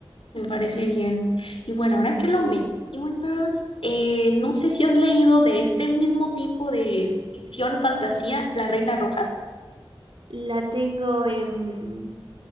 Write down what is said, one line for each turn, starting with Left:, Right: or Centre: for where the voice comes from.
Left: Me parece bien. Y bueno, ahora que lo
Right: sí
Left: mencionas, eh, no sé si has leído de ese mismo tipo de ficción fantasía, La Reina Roja.
Right: La tengo en,